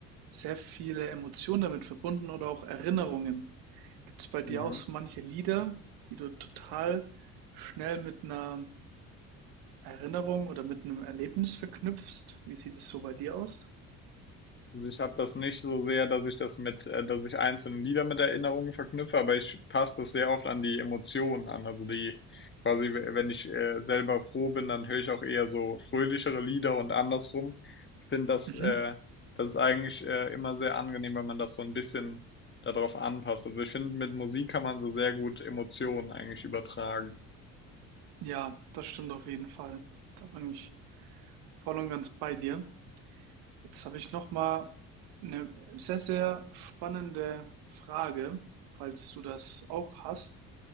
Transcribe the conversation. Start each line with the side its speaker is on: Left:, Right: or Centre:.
Right: sehr viele Emotionen damit verbunden oder auch Erinnerungen. Gibt's bei dir
Left: Mhm.
Right: auch so manche Lieder, die du total schnell mit einer Erinnerung oder mit einem Erlebnis verknüpfst? Wie sieht es so bei dir aus?
Left: Also ich habe das nicht so sehr, dass ich das mit, äh, dass ich einzelne Lieder mit Erinnerungen verknüpfe, aber ich passe das sehr oft an die Emotionen an. Also die quasi, we- wenn ich äh, selber froh bin, dann höre ich auch eher so fröhlichere Lieder und andersrum. finde das,
Right: Mhm.
Left: äh, das ist eigentlich äh, immer sehr angenehm, wenn man das so ein bisschen darauf anpasst. Also ich finde, mit Musik kann man so sehr gut Emotionen eigentlich übertragen.
Right: Ja, das stimmt auf jeden Fall. Da bin ich voll und ganz bei dir. Jetzt habe ich noch mal eine sehr, sehr spannende Frage, falls du das auch hast.